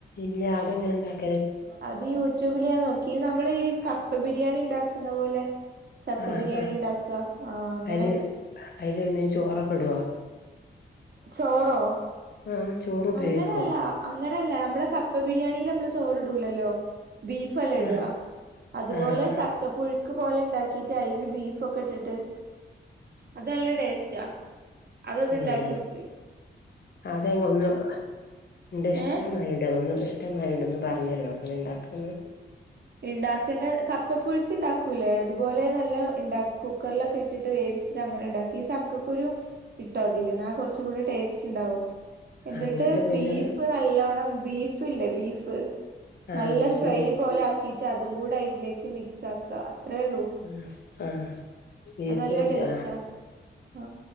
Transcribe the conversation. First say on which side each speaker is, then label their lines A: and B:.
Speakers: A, on the left; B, on the right.
A: ഇല്ല അതെങ്ങനെണ്ടാക്കാ?
B: അത് യൂട്യൂബിലാ നോക്കി നമ്മളീ കപ്പ ബിരിയാണി ഉണ്ടാക്ക്ന്ന പോലെ ചക്ക
A: ആ
B: ബിരിയാണിണ്ടാക്കാ
A: ആ
B: ആ അങ്ങനെ
A: അയില് അയില് പിന്നെ ചോറൊക്കെ ഇടോ
B: ചോറോ?
A: ആ ചോറ് ഉപയോഗിക്കോ
B: അങ്ങനെല്ലാ..... അ അങ്ങനെയല്ല! നമ്മള് കപ്പ ബിരിയാണില് മ്മള് ചോറുടൂലല്ലോ ബീഫ് അല്ലെട്യാ
A: ആ
B: അതുപോലെ
A: ആ ആ
B: ചക്കപ്പുഴ് ക്ക് പോലെ ഉണ്ടാക്കിട്ട് അയ്ല് ബീഫൊക്കെട്ടിട്ട് അത് നല്ല ടേസ്റ്റാ അതൊന്ന്
A: അങ്ങനെ
B: ണ്ടാക്കിയോക്ക്.
A: അതെ ഒന്ന് ഇണ്ട് ഇഷ്ടമായിണ്ട്
B: ഏഹ്
A: ഒന്ന് ഇഷ്ടമാരിണ്ട് ഒന്ന്പറഞ്ഞേരോ ങ്ങനെ ഉണ്ടാക്ക്ണ്ന്ന്?
B: ണ്ടാക്കേണ്ട കപ്പപ്പുഴുക്ക് ഉണ്ടാക്കൂലേ? അതുപോലെ നല്ല ണ്ടാ കുക്കറിലൊക്കെ ഇട്ടിട്ട് വേവി ച്ചിട്ട് അങ്ങനെണ്ടാക്കി ഈ ചക്കുരുും ട്ടോ അതില് എന്ന കുറച്ചൂടി ടേസ്റ്റ് ഉണ്ടാവും! എന്നിട്ട്
A: അങ്ങട്ട് പിന്നെ
B: ബീഫ് നല്ലോണം ബീഫ് ല്ലേ? ബീഫ്?
A: ആ
B: നല്ല
A: ബീഫ്
B: ഫ്രൈ പോലെ ആക്കിട്ട് അതും കൂടെ അതിലേക്ക് മിക്സാകാ അത്രുള്ളു
A: ആ ആ ബീഫ്
B: അത് ല്ല
A: വെച്ച്
B: ടേസ്റ്റാ.
A: ആ
B: ആ